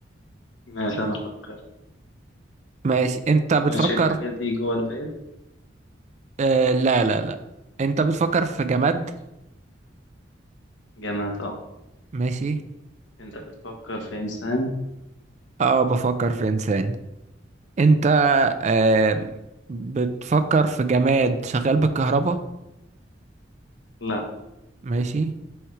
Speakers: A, on the left (about 85°); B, on the right (about 35°).
A: ماشي أنا أفكر
B: ماشي أنت بتفكر
A: ماشي الحاجة دي جوه البيت
B: أه لا لا لا أنت بتفكر في جماد
A: ماشي جامد أه
B: ماشي
A: أنت بتفكر في إنسان
B: أه بفكر في إنسان انت آه
A: أم،
B: بتفكر في جماد شغال بالكهرباء
A: لا
B: ماشي